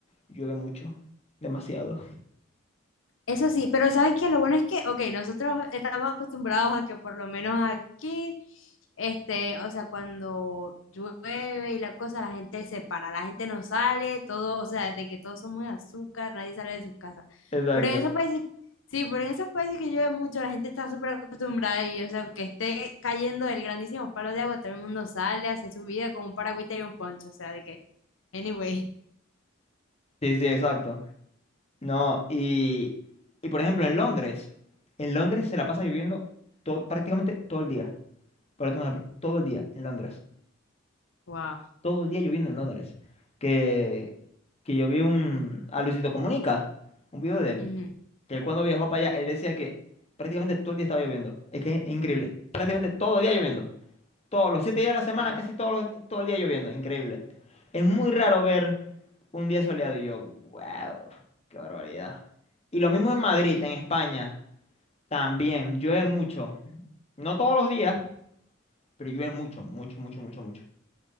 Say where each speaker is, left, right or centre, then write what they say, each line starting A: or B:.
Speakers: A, on the left; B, on the left.
A: llueve mucho, demasiado. <laughs>
B: Eso sí, pero ¿sabes que Lo bueno es que, ok, nosotros estamos acostumbrados a que por lo menos aquí, este, o sea, cuando llueve y la cosa, la gente se para, la gente no sale, todo, o sea, de que todos somos de azúcar, nadie sale de sus casas.
A: Exacto.
B: Pero en esos países, sí, pero en esos países que llueve mucho, la gente está súper acostumbrada y, o sea, aunque esté cayendo el grandísimo palo de agua, todo el mundo sale, hace su vida con un paragüita y un poncho, o sea, de que, anyway,
A: Sí, sí, exacto. No, y, y por ejemplo en Londres, en Londres se la pasa lloviendo to- prácticamente todo el día. Por otro ejemplo, todo el día en Londres.
B: wow.
A: Todo el día lloviendo en Londres. Que, que yo vi un, a Luisito Comunica, un video de él.
B: ujú,
A: que él cuando viajó para allá, él decía que prácticamente todo el día estaba lloviendo. Es que es increíble. Prácticamente todo el día lloviendo. Todos los siete días de la semana,
B: Ah,
A: casi todos los, todo el día lloviendo. Increíble. Es muy raro ver un día soleado y yo, wow, qué barbaridad. Y lo mismo en Madrid,
B: y-
A: en España, también llueve mucho. No todos los días, pero llueve mucho, mucho, mucho, mucho, mucho.